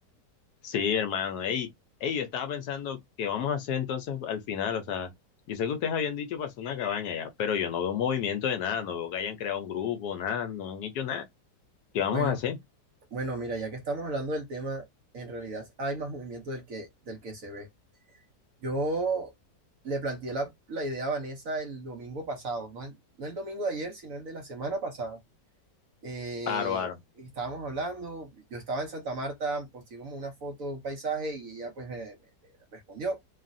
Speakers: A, on the left (about 70°); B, on the right (about 60°).
A: Sí, hermano, ey, ey, yo estaba pensando qué vamos a hacer entonces al final, o sea, yo sé que ustedes habían dicho para hacer una cabaña ya, pero yo no veo movimiento de nada, no veo que hayan creado un grupo, nada, no han hecho nada. ¿Qué vamos
B: Bueno,
A: a hacer?
B: bueno, mira, ya que estamos hablando del tema, en realidad hay más movimiento del que, del que se ve. Yo le planteé la, la idea a Vanessa el domingo pasado, no el, no el domingo de ayer, sino el de la semana pasada. eh,
A: Aro,
B: estábamos hablando, yo estaba en Santa Marta, posté como una foto, un paisaje y ella pues me, me- me respondió.